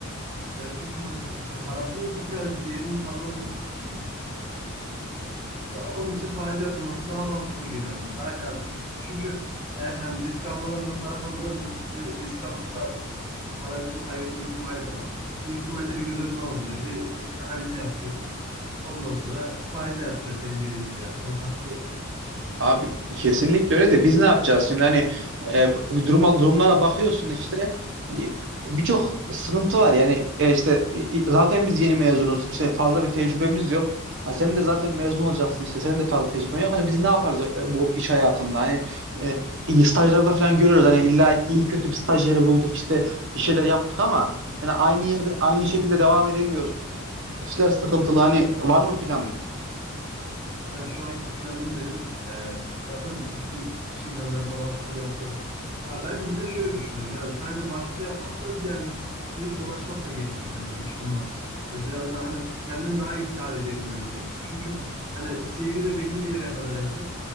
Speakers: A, on the right; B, on the right.
A: Evet, yani çünkü hani pa- parasının çünkü hani bir değerinin kalmadığını hissettiği için. Ya onun için faiz yatırması daha mantıklı geliyor adama. Daha cazip geliyor. Çünkü yani hani risk almadan da para kazanamıyor. Şimdi risk alırsa parasını kaybetme ihtimali de var. Bu ihtimalleri göz önüne alındırıyor. Bir risk analizi yapıyor. Ondan sonra faize yatırıyor senin dediğin gibi yani. Sana katılıyorum bu konuda.
B: Abi kesinlikle öyle de biz ne yapacağız şimdi hani e, bu duruma, durumlara bakıyorsun işte hani birçok sıkıntı var yani e, işte i- i- zaten biz yeni mezunuz işte fazla bir tecrübemiz yok ha, sen de zaten mezun olacaksın işte senin de fazla tecrüben yok hani biz ne yaparız e, bu iş hayatında hani e, iyi stajlarda falan görüyoruz hani illa iyi kötü bir staj yeri bulduk işte bir şeyler yaptık ama yani aynı yerde aynı şekilde devam edemiyoruz işler sıkıntılı hani var mı planın?
A: Ya şu anki planım benim e, zaten bütün iş ilanlarına başvuru yapıyorum. Ya ben bir de şöyle düşünüyorum. Yani sadece başvuru yapmaktan ziyade girip dolaşmak da gerekiyor bence iş bulmak için. Hani biraz daha hani kendini daha iyi ifade edebilmen gerekiyor. Çünkü hani CV'de belli bir yere kadar yazıyor.